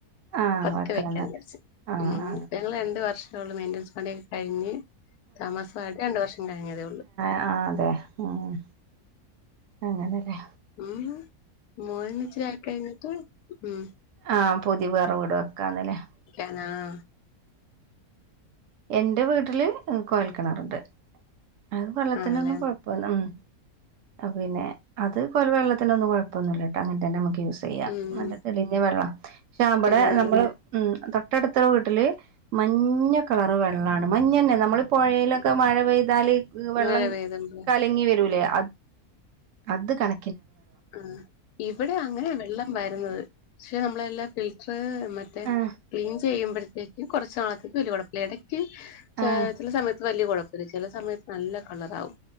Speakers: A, on the right; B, on the left.
A: ആഹ്
B: പത്ത്
A: വെക്കണംന്ന്
B: വെക്കണ്ടേ
A: ആഹ്
B: മ്
A: ആഹ്
B: പ്പം ഞങൾ രണ്ട് വർഷം അത് കൊണ്ട് മെയിൻ്റെൻസ് പണി ഒക്കെ കഴിഞ് താമസമായിട്ട് രണ്ടു വർഷം കഴിഞ്ഞതേ ഉള്ളൂ.
A: ആ അതെ മ് അങ്ങനല്ലേ.
B: ഉം മോന് ച്ചിരി ആയി കയിഞ്ഞിട്ട് മ്
A: ആ പുതി വേറെ വീട് വെ ക്കാന്ന്ല്ലേ.
B: ആ
A: എന്റെ വീട്ടില് കൊയൽക്കിണറ്ണ്ട്. അഹ് വള്ളത്തിനൊന്നും
B: ആണല്ലേ?
A: കൊഴപ്പല്ല. ഉം. പിന്നെ അത് കൊയൽ വെള്ളത്തിനൊന്നും കൊഴപ്പൊന്നുല്ല ട്ടോ അങ്ങനെ തന്നെ ക്ക് യൂസെയ്യ
B: ഉം.
A: നല്ല തെളിഞ്ഞ വെള്ള ക്ഷ ഇബടെ
B: തെളിഞ്ഞോളും.
A: നമ്മള് മ് തൊട്ടടുത്ത വീട്ടില് മഞ്ഞ കളറ് വെള്ളാണ് മഞ്ഞന്നെ നമ്മള് പൊയൊലൊക്കെ മഴ പെയ്താൽ വെള്ളം
B: മഴ പെയ്തപ്പോ.
A: കലങ്ങി വരൂലേ അ അത് കണ
B: ആ ഇവിടെ അങ്ങനെ വെള്ളം വരുന്നത് ക്ഷെ നമ്മളെല്ലാം കിളി എ മറ്റേ
A: ആഹ്
B: ക്ലീൻ ചെ ചെയ്യുമ്പഴത്തേക്കും കുറച്ച് ആദ്യം <unintelligible> ക്ക് ചെ
A: ആഹ്
B: ചെല സമയത്ത് വലിയ കുഴ ചെല സമയത്ത് നല്ല കളറാവും